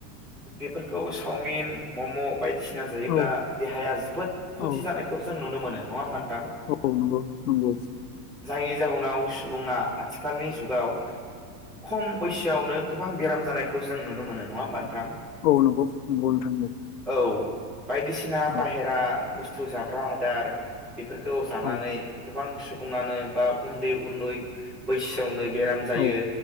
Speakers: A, in the centre; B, on the left.
A: बेफोरखौ चावमिन मम' बायदिसि सिना जायोब्ला
B: औ
A: देहाया जोबोद खथि
B: औ
A: जानायखौ जों नुनो मोनो नङा होनबा
B: औ नंगौ नंगौ
A: जायनि जाहोनाव सुबुङा आथिखालनि जुगाव खम बैसोआवनो गोबां बेराम जानाय- खौ जों नुनो मोन नंआ होनबा नोंथां
B: औ नंगौ नंगौ नोंथां
A: औ बायदिसिना
B: औ
A: बेराद बुसथु जाग्रा आदार बेफोरखौ जानानै
B: औ
A: गोबां सुबुङानो बा उन्दै उन्दै बैसोआवनो बेराम जायो
B: औ